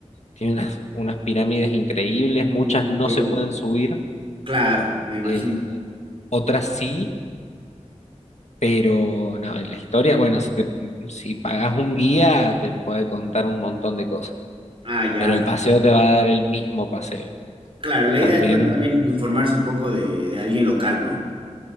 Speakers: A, on the left (about 65°); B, on the right (about 45°).
A: Tiene unas, unas pirámides increíbles, muchas
B: un hotel.
A: no se pueden subir,
B: Claro, me imagino.
A: eh, otras sí, pero no, la historia, bueno, si, te, si pagás un guía te puede contar un montón de cosas,
B: Ah, ya.
A: pero el paseo te va a dar el mismo paseo.
B: Claro, la
A: También,
B: idea es, bueno, también informarse un poco de, de alguien local, ¿no?